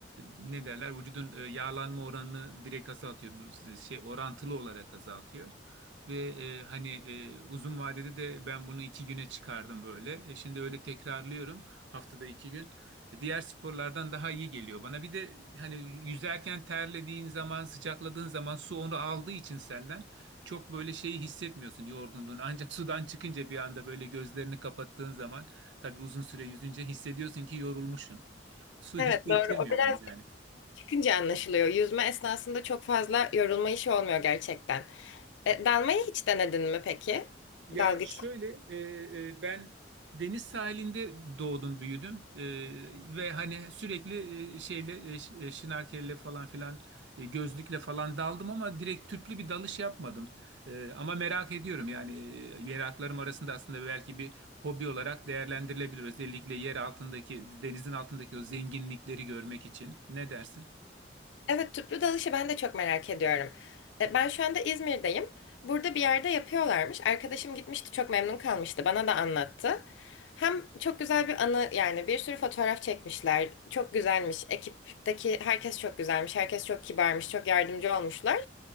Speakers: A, on the right; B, on the left.
A: ne derler? Vücudun e, yağlanma oranını direkt azaltıyor. Bu e, Şey orantılı olarak azaltıyor. Ve e, hani e, uzun vadede de ben bunu iki güne çıkardım böyle. E, şimdi öyle tekrarlıyorum haftada iki gün diğer sporlardan daha iyi geliyor bana. Bir de hani yüzerken terlediğin zaman, sıcakladığın zaman su onu aldığı için senden çok böyle şeyi hissetmiyorsun yorgunluğunu. Ancak sudan çıkınca bir anda böyle gözlerini kapattığın zaman tabii uzun süre yüzünce hissediyorsun ki yorulmuşsun. Su
B: Evet
A: hissettirmiyor
B: doğru. O biraz
A: onu yani.
B: Çıkınca anlaşılıyor. Yüzme esnasında çok fazla yorulma işi olmuyor gerçekten. E, dalmayı hiç denedin mi peki?
A: Ya
B: Dalgıç.
A: şöyle e, e, ben deniz sahilinde doğdum büyüdüm E, ve hani sürekli e, şeyle e, ş- e, şnorkelle falan filan e, gözlükle falan daldım ama direkt tüplü bir dalış yapmadım. E, ama merak ediyorum yani e, meraklarım arasında aslında belki bir hobi olarak değerlendirilebilir özellikle yer altındaki denizin altındaki o zenginlikleri görmek için ne dersin?
B: Evet, tüplü dalışı ben de çok merak ediyorum. E, ben şu anda İzmir'deyim. Burada bir yerde yapıyorlarmış. Arkadaşım gitmişti, çok memnun kalmıştı. Bana da anlattı. Hem çok güzel bir anı yani bir sürü fotoğraf çekmişler. Çok güzelmiş. Ekipteki herkes çok güzelmiş. Herkes çok kibarmış. Çok yardımcı olmuşlar.